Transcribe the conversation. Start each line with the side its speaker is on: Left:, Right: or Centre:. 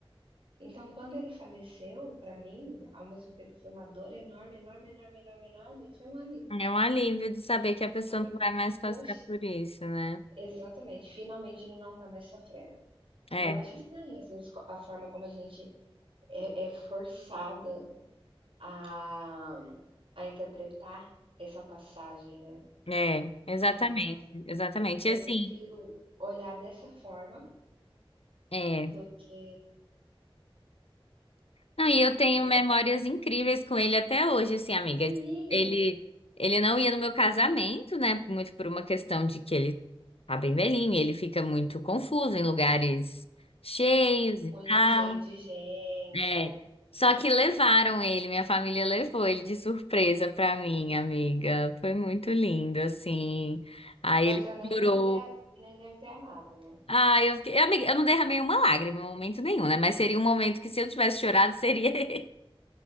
Right: Então quando ele faleceu, pra mim, ao mesmo tempo que foi uma dor enorme, enorme, enorme, enorme, enorme, foi um alívio.
Left: É um alívio de saber que a pessoa
Right: Porque,
Left: não vai mais passar
Right: poxa
Left: por isso, né?
Right: Exatamente, finalmente ele não tá mais sofrendo.
Left: É,
Right: E eu acho estranho, às vezes, co a forma como a gente é é forçado a a interpretar essa passagem, né.
Left: é, exatamente,
Right: Mas
Left: exatamente.
Right: eu
Left: E assim,
Right: prefiro olhar dessa forma
Left: é.
Right: do que
Left: Não, e eu
Right: do
Left: tenho
Right: que pens
Left: memórias incríveis com ele até hoje, assim, amiga.
Right: sim,
Left: tipo, Ele, ele não ia no meu casamento, né? Muito por uma questão de que ele tá bem velhinho, ele fica muito confuso em lugares cheios e
Right: muito
Left: tal.
Right: cheio de gente,
Left: É.
Right: né.
Left: Só que levaram ele, minha família levou ele de surpresa pra mim, amiga. Foi muito lindo, assim. Aí
Right: Você
Left: ele
Right: nem
Left: chorou.
Right: deve ter nem deve ter amado, né,
Left: Ah, eu fiquei... Amiga, eu não derramei uma lágrima em momento nenhum, né? Mas seria um momento que se eu tivesse chorado, seria <laughs>